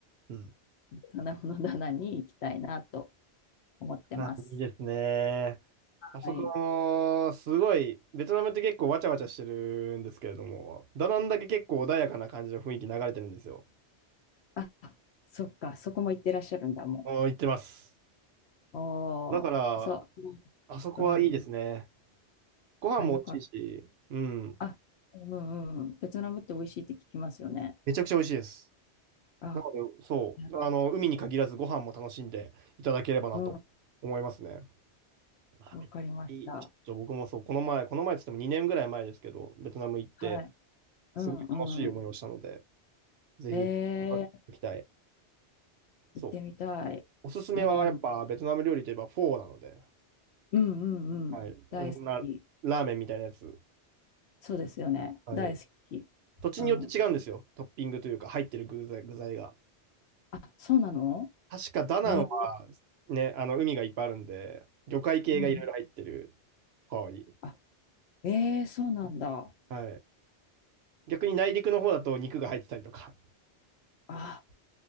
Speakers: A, on the right; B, on the left.
A: うん。
B: 棚の棚に行きたいなと思ってます。
A: まあ、いいですね。あそこ、
B: はい。
A: すごい、ベトナムって結構わちゃわちゃしてるんですけれども、ダナンだけ結構穏やかな感じの雰囲気流れてるんですよ。
B: あ、そっか、そこも行ってらっしゃるんだも
A: あー行ってます。
B: ん。おー、
A: だから、
B: そう、
A: あそこはいいですね。
B: うん、
A: ご飯も美味しいし、
B: あ、よかっ
A: うん、
B: た。あ、うんうんうん、ベトナムって美味しいって聞きますよね。
A: めちゃくちゃ美味しいです。
B: あ、
A: なので、そう、
B: ね
A: あの、海に限らずご飯も楽しんでいただければなと思いますね。
B: うん、
A: まあ、
B: わかりました。
A: めっちゃいい。ちょっと僕もそう、この前、この前って言っても2年ぐらい前ですけど、ベトナム行って、
B: はい。うんう
A: すごい楽しい思いをしたので、ぜひ、
B: ん。えー、
A: 行きたい。そう。
B: 行ってみたい。
A: おすすめはやっぱベトナム料理といえばフォーなので、
B: うん、うんうんうん。
A: はい。うんな、
B: 大好き。
A: ラーメンみたいなやつ。
B: そうですよね。
A: はい。
B: 大好き。
A: 土地によって違うんですよ。
B: うん。
A: トッピングというか入ってる具材、具材が。
B: あ、そうなの
A: 確かダナンはね、
B: えー、
A: あの海がいっぱいあるんで、魚介系がいろいろ入ってる
B: うん。
A: フォーに。
B: あ、えー、そうなんだ。
A: はい。逆に内陸の方だと肉が入ってたりとか。
B: あ、